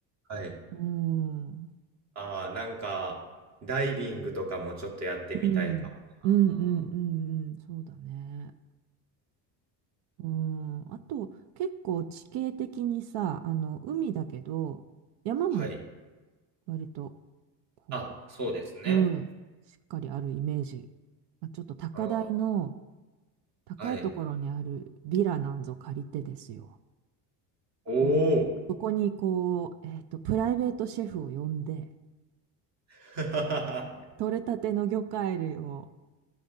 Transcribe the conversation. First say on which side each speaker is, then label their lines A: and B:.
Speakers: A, on the right; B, on the right.
A: はい。
B: うん。うん。
A: ああ、なんか、ダイビングとかもちょっとやってみたいかも
B: うんうんうんうん。
A: な。うんうん、
B: そうだね。うん、あと結構地形的にさ、あの海だけど山も
A: はい。
B: 割とこ
A: あ、そうですね。
B: う、うん、しっかりあるイメージ。まあ、ちょっと高台の
A: うん、
B: 高いところにあるビラなんぞ借りてですよ。
A: はい。お
B: で、
A: お。
B: そこにこう、えっと、プライベートシェフを呼んで、
A: <laughs> あ
B: 取れたての魚介類を